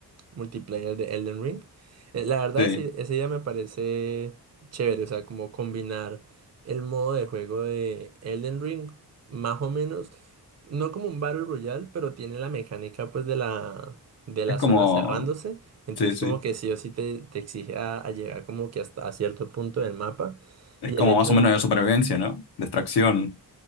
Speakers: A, on the right; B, on the left.
A: multiplayer de Elden Ring. Eh, La verdad,
B: sí,
A: ese- esa idea me parece chévere, o sea, como combinar el modo de juego de Elden Ring, más o menos, no como un Battle Royale, pero tiene la mecánica pues de la, de la
B: es como,
A: zona cerrándose, entonces
B: sí, sí,
A: como que sí o sí te, te exige a, a llegar como que hasta a cierto punto del mapa,
B: es
A: y
B: como
A: el hecho
B: más o
A: de...
B: menos de supervivencia, ¿no? Distracción,